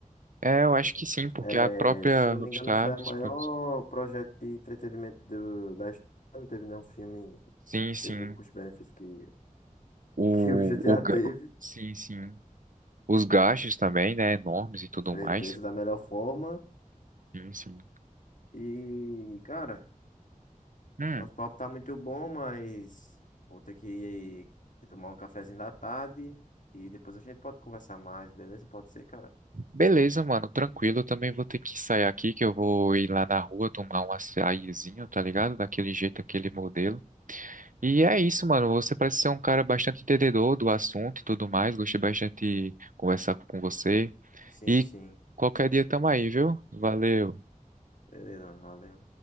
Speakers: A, on the right; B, on the left.
A: É, eu acho que sim, porque
B: É,
A: a própria
B: se eu não
A: Rockstar,
B: me engano, foi o
A: tipo,
B: maior projeto de entretenimento do, da história. Não teve nenhum filme
A: sim,
B: que
A: sim,
B: teve o custo-benefício que, <laughs>
A: o,
B: que o GTA
A: o, ga-
B: teve.
A: sim, sim, os gastos também, né, enormes e tudo
B: Certeza,
A: mais.
B: da melhor forma.
A: Sim, sim.
B: E, cara.
A: Hum.
B: Nosso papo tá muito bom, mas vou ter que que tomar um cafezinho da tarde e depois a gente pode conversar mais, beleza? Pode ser, cara?
A: Beleza, mano, tranquilo. Eu também vou ter que sair aqui, que eu vou ir lá na rua tomar um açaizinho, tá ligado? Daquele jeito, aquele modelo. E é isso, mano. Você parece ser um cara bastante entendedor do assunto e tudo mais. Gostei bastante de conversar com você.
B: Sim,
A: E
B: sim.
A: qualquer dia tamo aí, viu? Valeu.
B: Beleza, mano, valeu.